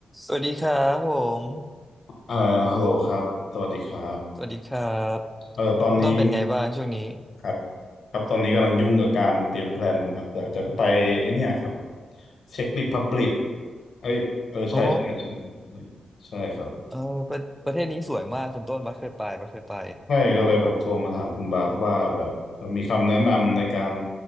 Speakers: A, in the centre; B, on the left (about 70°).
A: สวัสดีครับผม
B: อ่าฮัลโหลครับสวัสดีครับ
A: สวัสดีครับ
B: เอ่อตอนนี้
A: ต้นเป็นไงบ้างช่วงนี้
B: ครับครับ ตอนนี้กำลังยุ่งกับการเตรียมแพลนครับอยากจะไปไอ้เนี่ยครับเช็คริพับลิกเอ้ยเออใช่ใช่ใช่ใช่
A: อ๋อ
B: ใช่ครับ
A: เออประประเทศนี้สวยมากคุณต้นบัสเคยไปบัสเคยไป
B: ใช่ก็เลยแบบโทรมาถามคุณบาสว่าแบบมีคำแนะนำในการ